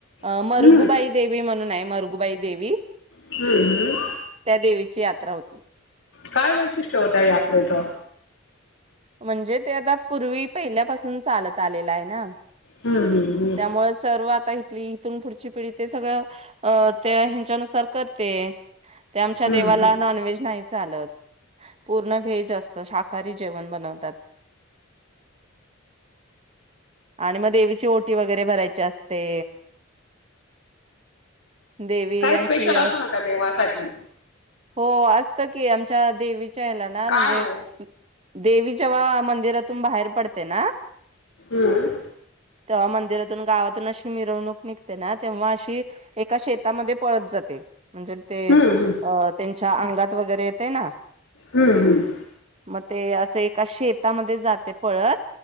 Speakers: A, on the left; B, on the right.
A: हम्म
B: मरगुबाई देवी म्हणून आहे. बाई देवी.
A: हम्म, हम्म.
B: त्या देवीची यात्रा. होती <inaudible>
A: काय वैशिष्ट्य हो त्या यात्रेच?
B: म्हणजे ते आता पूर्वी, पहिल्यापासून चालत आलेल आहे ना.
A: हम्म, हम्म, हम्म.
B: त्यामुळे सर्व आता की इथून पुढची पिढी ते सगळं, अ त्या हिच्यानुसार करते. ते आमच्या
A: हम्म
B: देवाला
A: हम्म.
B: नॉनव्हेज नाही चालत. पूर्ण वहेज असत शाकाहारी जेवण बनवतात. आणि मग देवीची ओटी, वगैरे भरायची असते. देवी
A: काय
B: आमची
A: स्पेशल असं
B: अ
A: ना त्या देवासाठी
B: हो असत की आम च्या देवी ला ना
A: काय
B: म्हणजे
A: हो
B: देवी जेव्हा मंदिरातून बाहेर पडते ना.
A: हम्म
B: तेव्हा मंदिरातून गावातून अशी मिरवणूक निघते ना, तेव्हा अशी एका शेतामध्ये पळत जाते. म्हणजे ते
A: हम्म, हम्म.
B: अ त्यांच्या अंग गात वगैरे येतेय ना.
A: हम्म हम्म
B: मग ते असं एका शेतामध्ये जाते पळत,